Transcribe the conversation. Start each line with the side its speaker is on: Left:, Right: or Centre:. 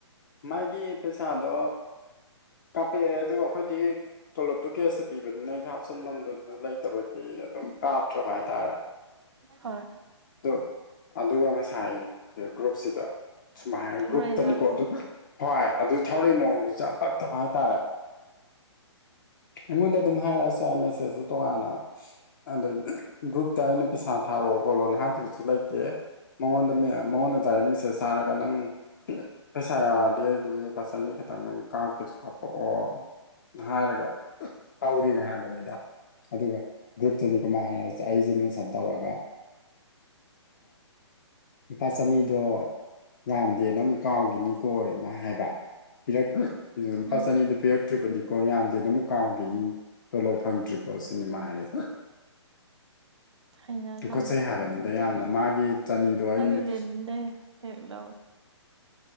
Left: ꯃꯥꯒꯤ ꯄꯩꯁꯥꯗꯣ ꯀꯥꯞꯄꯛꯑꯦ ꯑꯗꯨꯒ ꯑꯩꯈꯣꯏꯗꯤ ꯊꯣꯂꯣꯞꯇꯨ ꯀꯦꯌꯥ ꯁꯕꯤꯕꯅꯤꯅ ꯑꯩ ꯍꯥꯞꯆꯤꯟꯐꯝꯗꯨꯗ ꯂꯩꯇꯕꯒꯤ ꯑꯗꯨꯝ ꯀꯥꯞꯇ꯭ꯔꯕ ꯍꯥꯏꯇꯥꯔꯦ
Right: ꯍꯣꯏ
Left: ꯑꯗꯨ ꯑꯗꯨꯒꯨꯕ ꯁꯥꯏ ꯒ꯭ꯔꯨꯞꯁꯤꯗ ꯁꯨꯃꯥꯏꯅ
Right: ꯊꯣꯛꯂꯛꯏꯔꯕ
Left: ꯒ꯭ꯔꯨꯞꯇꯅꯤꯀꯣ ꯍꯣꯏ ꯑꯗꯨ ꯊꯧꯔꯛ ꯏ ꯃꯑꯣꯡꯗꯨꯁꯨ ꯌꯥꯝ ꯄꯥꯛꯇꯕ ꯍꯥꯏꯇꯥꯔꯦ꯫ ꯑꯩꯉꯣꯟꯗ ꯑꯗꯨꯝ ꯍꯥꯏꯔꯛꯑꯁꯨ ꯑꯥꯏ ꯃꯦꯁꯦꯖꯇ ꯇꯣꯉꯥꯟꯅ ꯑꯗꯨꯝ ꯒ꯭ꯔꯨꯞꯇ ꯑꯩꯅ ꯄꯩꯁꯥ ꯊꯥꯔꯛꯑꯣ ꯈꯣꯠꯂꯣꯅ ꯍꯥꯏꯈꯤꯕꯁꯨ ꯂꯩꯇꯦ ꯃꯉꯣꯟꯗ ꯃꯌꯥꯝ ꯃꯉꯣꯟꯗ ꯗꯥꯏꯔꯦꯛ ꯃꯦꯁꯦꯁ ꯊꯥꯔꯒ ꯅꯪ ꯄꯩꯁꯥ ꯌꯧꯔꯗꯤ ꯑꯗꯨꯝ ꯂꯨꯄꯥ ꯆꯅꯤ ꯈꯛꯇꯪ ꯀꯥꯞꯀꯦꯁꯨ ꯀꯥꯞꯄꯛꯑꯣ ꯍꯥꯏꯔꯒ ꯇꯧꯔꯤꯅꯦ ꯍꯥꯏꯕꯅꯤꯗ ꯑꯗꯨꯒ ꯒ꯭ꯔꯨꯞꯇꯗꯤ ꯑꯃꯥꯏ ꯍꯥꯏꯔꯛ ꯑꯩꯁꯦ ꯃꯦꯟꯁꯟ ꯇꯧꯔꯒ ꯂꯄꯥ ꯆꯅꯤꯗꯣ ꯌꯥꯝꯗꯦꯅ ꯑꯃꯨꯛ ꯀꯥꯎꯈꯤꯅꯤ ꯀꯣꯏ ꯑꯃ ꯍꯥꯏꯕ ꯄꯤꯔꯛ ꯂꯨꯄꯥ
Right: ꯎꯝ
Left: ꯆꯅꯤꯗꯨ ꯄꯤꯔꯛꯇ꯭ꯔꯤꯕꯅꯤꯀꯣ ꯌꯥꯝꯗꯦꯅ ꯑꯃꯨꯛ ꯀꯥꯎꯈꯤꯅꯤ꯫ ꯇꯣꯂꯣꯞ ꯐꯪꯗ꯭ꯔꯤꯐꯧ ꯁꯤꯅꯦꯃꯥ ꯍꯥꯏꯔꯗ
Right: ꯍꯩꯅꯗꯝꯅ
Left: ꯇꯨꯈꯠꯆꯩ ꯍꯥꯏꯕꯅꯤ꯫ ꯗ ꯌꯥꯝꯅ ꯃꯥꯒꯤ ꯆꯅꯤꯗꯣ ꯑꯩꯅ
Right: ꯅꯪ ꯂꯦꯅꯤꯟ ꯗꯥꯒꯤ ꯍꯦꯛ ꯂꯥꯎꯔꯣ꯫